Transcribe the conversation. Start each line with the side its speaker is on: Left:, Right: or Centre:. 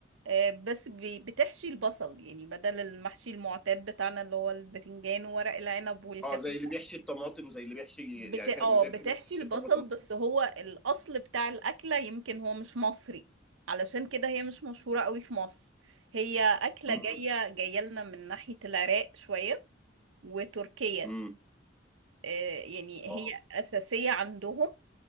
Right: آه، بس بي- بتحشي البصل يعني بدل المحشي المعتاد بتاعنا اللي هو البتنجان وورق العنب والكلام
Centre: اه زي اللي
Right: ده
Centre: بيحشي الطماطم زي اللي بيحشي
Right: بت...
Centre: يعني
Right: اه
Centre: في زي
Right: بتحشي
Centre: في ناس بتحشي
Right: البصل
Centre: الطماطم
Right: بس هو الأصل بتاع الأكلة يمكن هو مش مصري علشان كده هي مش مشهورة قوي في مصر هي أكلة
Centre: امم
Right: جاية جاية لنا من ناحية العراق شوية وتركيا
Centre: امم
Right: آه، يعني هي
Centre: اه
Right: أساسية عندهم